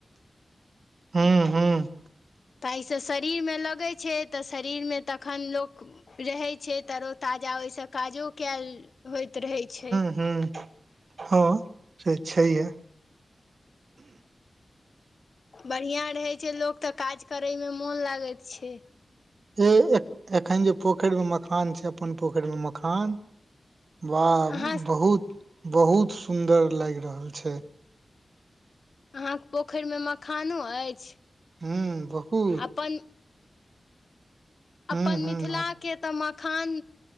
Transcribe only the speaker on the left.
ताहिसँ शरीरमे लगै छै त शरीरमे तखन लोक। रहै छै तरो ताजा ओहिसँ काजो कायल होइत रहै छै।
बढ़ियाँ रहै छै लोक त काज करयमे मोन लागैत छै।
अहाँ
अहाँक पोखरिमे मखानो अइछ।
पन।
अपन
मिथिलाके। तऽ मखान